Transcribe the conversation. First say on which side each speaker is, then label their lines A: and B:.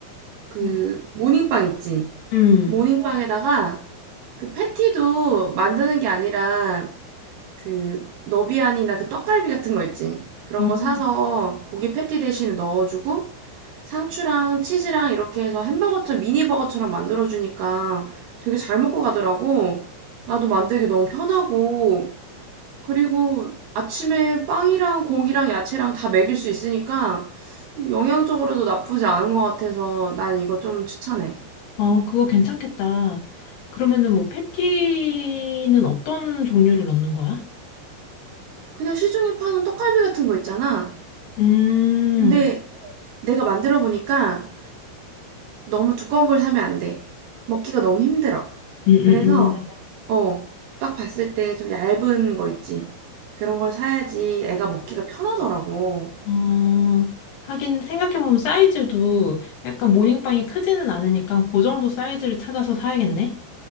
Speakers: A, on the right; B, on the left.
A: 그
B: 어.
A: 모닝빵 있지? 어,
B: 음,
A: 모닝빵에다가 그 패티도 만드는 게 아니라 그 너비안이나 그 떡갈비 같은 거 있지? 그런
B: 음,
A: 거 사서 고기 패티 대신에 넣어주고 상추랑 치즈랑 이렇게 해서 햄버거처럼 미니버거처럼 만들어주니까 되게 잘 먹고 가더라고. 나도 만들기 너무 편하고 그리고 아침에 빵이랑 고기랑 야채랑 다 먹일 수 있으니까 영양적으로도 나쁘지 않은 것 같아서 난 이거 좀 추천해.
B: 어, 그거 괜찮겠다. 그러면은 뭐 패티는 어떤 종류를 넣는 거야?
A: 그냥 시중에 파는 떡갈비 같은 거 있잖아.
B: 음,
A: 근데 내가 만들어 보니까 너무 두꺼운 걸 사면 안 돼. 먹기가 너무 힘들어.
B: 음, 음,
A: 그래서
B: 음.
A: 어, 딱 봤을 때 좀 얇은 거 있지. 그런 걸 사야지 애가 먹기가 편하더라고.
B: 어, 하긴 생각해보면 사이즈도 약간 모닝빵이 크지는 않으니까 그 정도 사이즈를 찾아서 사야겠네?